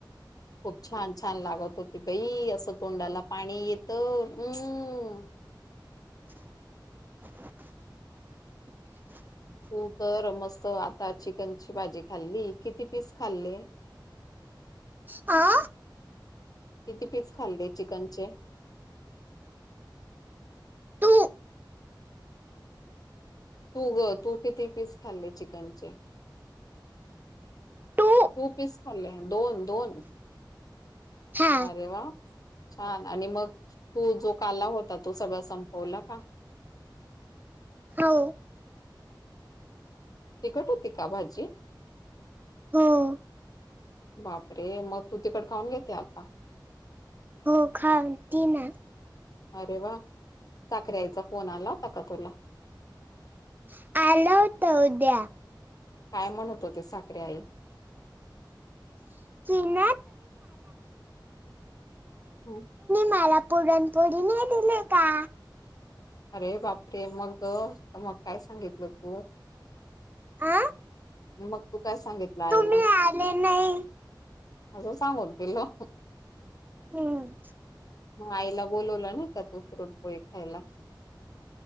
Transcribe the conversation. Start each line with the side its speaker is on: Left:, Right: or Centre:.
Left: खूप छान छान लागत होती बाई, असं तोंडाला पाणी येत हम्..
Right: <inaudible>
Left: तू तर मस्त आता चिकनची भाजी खाल्ली, किती पीस खाल्ले.
Right: अ
Left: किती पीस खाल्ले चिकनचे.
Right: तु,
Left: तू गं तू किती पीस खाल्ले चिकनचे.
Right: तू
Left: टू पीस खाल्ले, दोन दोन
Right: हा
Left: अरे वा. छान आणि मग तू जो, काला होता तो सगळा संपवला का.
Right: हो..
Left: तिखट होती का भाजी.
Right: हो..
Left: बापरे, मग तू तिखट खाऊन घेते आता.
Right: हो खा ती ना.
Left: अरे वा, साखरे आईचा फोन आला, होता का तुला.
Right: <unintelligible>
Left: काय म्हणत होते, साखरे आई.
Right: <unintelligible> तुम्ही
Left: हं.
Right: मला पुरणपोळी नाही दिली का.
Left: अरे बापरे मग, मग काय सांगितलं तू.
Right: अ
Left: मग तू काय सांगितलं आईला.
Right: तुम्ही आले नाही
Left: असंच सांगून दिलं.
Right: हम्.
Left: म आईला बोलावलं नाही का तू पुरणपोळी खायला?